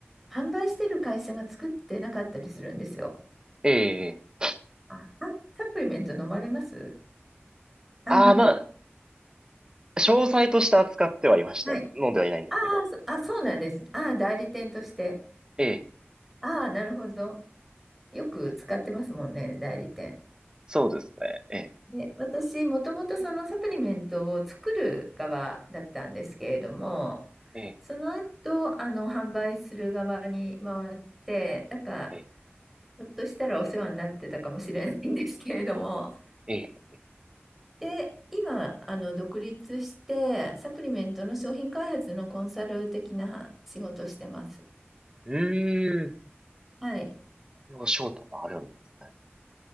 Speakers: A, in the centre; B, on the right.
A: 販売してる会社が作ってなかったりするんですよ。
B: え、ええ、え
A: あ、あサプリメント飲まれますあんまり。
B: ああー、まあ、詳細として扱ってはいました。
A: はい。
B: 飲んではいないんですけど。
A: ああ、そあ、そうなんですね。ああ、代理店として。
B: ええ、
A: ああ、なるほど。よく使ってますもんね、代理店。
B: そうですね。ええ。
A: で、私、もともとそのサプリメントを作る側だったんですけれども、
B: ええ、
A: その後、あの、販売する側に回って、だから、
B: ええ、
A: ひょっとしたらお世話になってたかもしれないんですけれども。
B: ええ。
A: <laughs> で、今、あの、独立して、サプリメントの商品開発のコンサル的な仕事をしてます。
B: うーん。
A: はい。
B: お仕事もあるんですね。